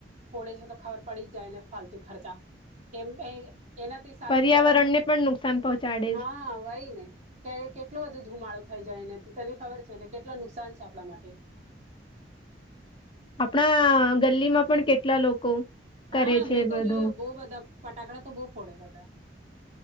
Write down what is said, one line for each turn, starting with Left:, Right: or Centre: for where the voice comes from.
Right: ફોડે છે તો ખબર પડી જાયને ફાલતુ ખર્ચા એમ એનાથી સારું
Left: પર્યાવરણને
Right: કેહેવાનું
Left: પણ નુકસાન પહોંચાડે
Right: હા
Left: છે
Right: વય ને કે કે એટલો બધું ધુમાળો થઈ જાય એને તને ખબર છે એટલે કેટલા નુકસાન છે આપણા માટે
Left: આપણા ગલ્લીમાં પણ કેટલા લોકો
Right: હા
Left: કરે છે
Right: મેં તો
Left: બધું
Right: જોયોું બહ બધા ફટાકડા તો બહ ફોડે બધા